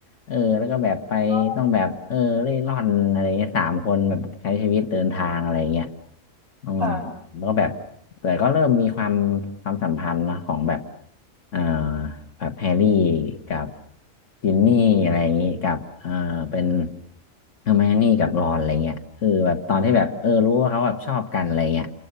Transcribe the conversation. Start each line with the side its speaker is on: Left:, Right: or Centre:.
Left: เออแล้วก็แบบไปต้องแบบเออเร่ร่อนอะไรเงี้ยสามคนแบบใช้ชีวิตเดินทางอะไรเงี้ย
Right: อ๋อ
Left: อืม
Right: ค่ะ
Left: แล้วก็แบบแต่ก็เริ่มมีความความสัมพันธ์นะของแบบเอ่อแบบแฮร์รี่กับจินนี่อะไรอย่างงี้กับเอ่อเป็นเฮอร์ไมโอนี่กับรอนอะไรเงี้ยคือแบบตอนที่แบบเออรู้ว่าเขาแบบชอบกันอะไรเงี้ย